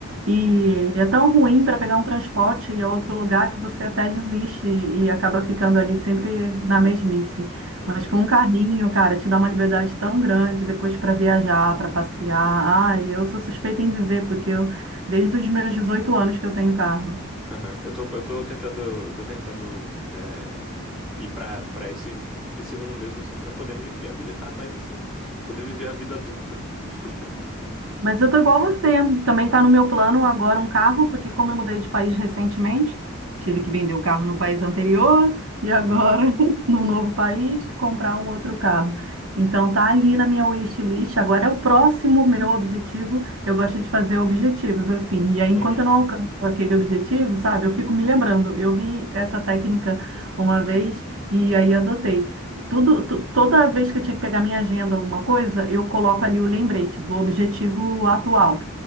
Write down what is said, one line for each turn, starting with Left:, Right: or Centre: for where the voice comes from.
Right: e é tão ruim para pegar um transporte e é outro lugar que você até desiste e, e acaba ficando ali sempre na mesmice.
Centre: Uhum.
Right: Mas com um carrinho, cara, te dá uma liberdade tão grande depois para viajar, para passear. Ah, eu sou suspeita em dizer, porque eu Desde os meus 18 anos que eu tenho carro.
Centre: Aham. Eu tô, eu tô tentando, eu tô tentando é, ir pra, pra esse, esse rumo mesmo, assim, pra poder me, me habilitar mais, assim, poder viver a vida adulta. <laughs>
Right: Mas eu tô igual você. Também tá no meu plano agora um carro, porque como eu mudei de país recentemente, tive que vender o carro no país anterior e agora
Centre: Aham.
Right: <laughs> no novo país comprar um outro carro. Então tá ali na minha wishlist. Agora é o próximo meu objetivo. Eu gosto de fazer objetivos assim. E aí, enquanto
Centre: Uhum.
Right: eu não alcanço aquele objetivo, sabe, eu fico me lembrando. Eu vi essa técnica uma vez e aí adotei. Tudo, tu- toda vez que eu tinha que pegar minha agenda, alguma coisa, eu coloco ali o lembrete do objetivo atual.